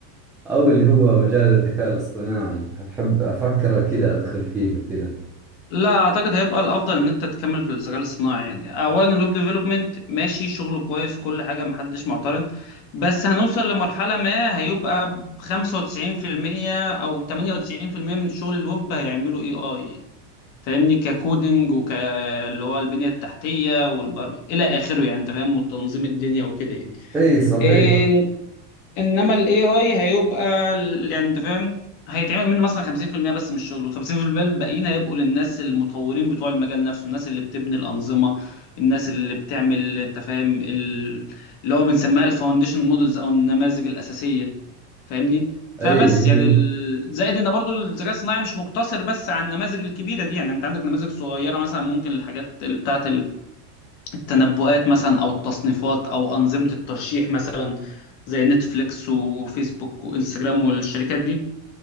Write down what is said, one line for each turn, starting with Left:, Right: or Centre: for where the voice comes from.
Centre: أو اللي هو مجال الذكاء الاصطناعي أحب أفكر كذا أدخل فيه وكذا
Left: لا اعتقد هيبقى الافضل ان انت تكمل في الذكاء الاصطناعي يعني اولا الويب ديفلوبمنت ماشي شغله كويس وكل حاجه محدش معترض بس هنوصل لمرحله ما هيبقى 95% او 98% من شغل الويب هيعملوا اي اي فاهمني ككودنج وك اللي هو البنية التحتية والبر... إلى آخره يعني أنت فاهم وتنظيم الدنيا وكده
Centre: إيه صحيح
Left: يعني انما الاي اي هيبقى ال- يعني انت فاهم هيتعمل منه مثلا 50% بس من الشغل وال 50% الباقيين هيبقوا للناس المطورين بتوع المجال نفسه الناس اللي بتبني الانظمه الناس اللي بتعمل انت فاهم ال- اللي هو بنسميها الفاونديشن مودلز او النماذج الاساسيه فاهمني فبس
Centre: إيه اللي هي
Left: يعني ال- زائد ان برضو الذكاء الصناعي مش مقتصر بس على النماذج الكبيره دي يعني انت عندك نماذج صغيره مثلا ممكن الحاجات بتاعه التنبؤات مثلا او التصنيفات او انظمه الترشيح مثلا زي نتفليكس وفيسبوك وانستجرام والشركات دي